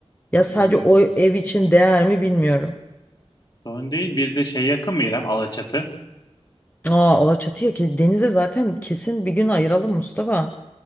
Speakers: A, on the left; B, on the left.
A: Ya sadece
B: Hmm,
A: o ev için değer mi bilmiyorum.
B: sorun değil. Bir de şey yakın mı İrem? Alaçatı.
A: Aa Alaçatı'ya ki denize zaten kesin bir gün ayıralım Mustafa.